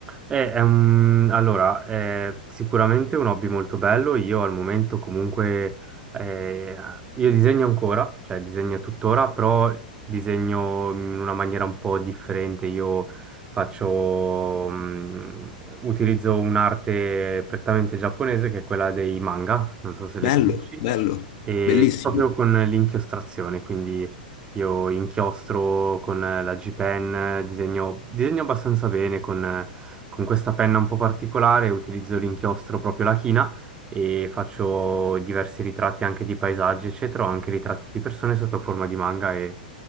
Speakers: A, on the right; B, on the left.
A: Eh, è un- allora, è sicuramente un hobby molto bello. Io al momento comunque eh, io disegno ancora, cioè disegno tuttora, però disegno in una maniera un po' differente. Io faccio, mm, utilizzo un'arte prettamente giapponese che è quella dei manga, non so se li
B: Bello,
A: conosci
B: bello,
A: e
B: bellissimo,
A: proprio con l'inchiostrazione, quindi io inchiostro con eh, la G-Pen, eh, disegno, disegno abbastanza bene con, eh, con questa penna un po' particolare, utilizzo l'inchiostro proprio la china e faccio diversi ritratti anche di paesaggi, eccetera, o anche ritratti di persone sotto forma di manga e,